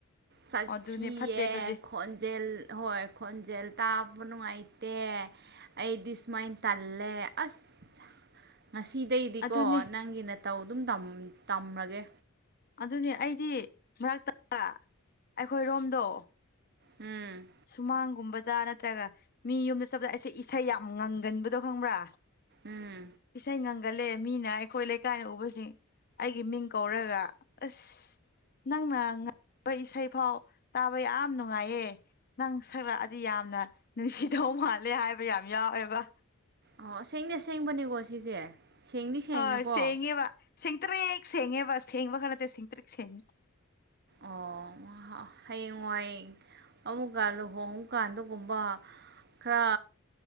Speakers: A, on the right; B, on the left.
A: ꯁꯛ
B: ꯑꯗꯨꯅꯦ
A: ꯊꯤꯌꯦ
B: ꯐꯠꯇꯦ ꯑꯗꯨꯗꯤ
A: ꯈꯣ__ ꯈꯣꯟꯖꯦꯜ ꯍꯣꯏ ꯈꯣꯟꯖꯦꯜ ꯇꯥꯕ ꯅꯨꯡꯉꯥꯏꯇꯦ ꯑꯩꯗꯤ ꯁꯨꯃꯥꯏꯅ ꯇꯜꯂꯦ ꯑꯁ ꯉꯁꯤꯗꯩꯗꯤꯀꯣ
B: ꯑꯗꯨꯅꯦ
A: ꯅꯪꯒꯤ ꯅꯇꯧ ꯑꯗꯨꯝ ꯇꯝ ꯇꯝꯔꯒꯦ
B: ꯑꯗꯨꯅꯤ ꯑꯩꯗꯤ ꯃꯔꯛꯇ ꯒ ꯑꯩꯈꯣꯏꯔꯣꯝꯗꯣ
A: ꯎꯝ
B: ꯁꯨꯃꯥꯡꯒꯨꯝꯕꯗ ꯅꯠꯇ꯭ꯔꯒ ꯃꯤ ꯌꯨꯝꯗ ꯆꯠꯄꯗ ꯑꯩꯁꯦ ꯏꯁꯩ ꯌꯥꯝ ꯉꯪꯒꯟꯕꯗꯣ ꯈꯪꯕ꯭ꯔꯥ
A: ꯎꯝ
B: ꯏꯁꯩꯥ ꯉꯪ ꯒꯂꯦ ꯃꯤꯅ ꯑꯩꯈꯣꯏ ꯂꯩꯀꯥꯏꯅ ꯎꯕꯁꯤꯡ ꯑꯩꯒꯤ ꯃꯤꯡ ꯀꯧꯔꯒ ꯑꯁ ꯅꯪꯅ ꯉꯪꯕ ꯏꯁꯩ ꯐꯥꯎ ꯇꯥꯕ ꯌꯥꯝ ꯅꯨꯡꯉꯥꯏꯌꯦ ꯅꯪ ꯁꯔꯛꯑꯗꯤ ꯌꯥꯝꯅ ꯅꯨꯡꯁꯤꯗꯧ ꯃꯥꯜꯂꯦ ꯍꯥꯏꯕ ꯌꯥꯝ ꯌꯥꯎꯋꯦꯕ
A: ꯑꯣ ꯑꯁꯦꯡꯗꯤ ꯑꯁꯦꯡꯕꯅꯦꯀꯣ ꯁꯤꯁꯦ ꯁꯦꯡꯗꯤ ꯁꯦꯡꯉꯦꯀꯣ
B: ꯍꯣꯏ ꯁꯦꯡꯉꯦꯕ ꯁꯦꯡꯇ꯭ꯔꯤꯛ ꯁꯦꯡꯉꯦꯕ ꯁꯦꯡꯕꯒ ꯅꯠꯇꯦ ꯁꯦꯡꯇ꯭ꯔꯤꯛ ꯁꯦꯡꯉꯦ
A: ꯑꯣ <unintelligible> ꯍꯌꯦꯡ ꯋꯥꯏꯡ ꯑꯃꯨꯛꯀ ꯂꯨꯍꯣꯡꯉꯨ ꯀꯥꯟꯗꯒꯨꯝꯕ ꯈꯔ